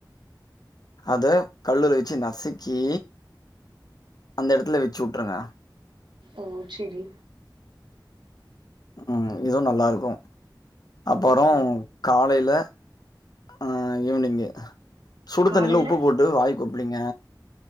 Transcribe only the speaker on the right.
ஒ செரி
ம்
காலைல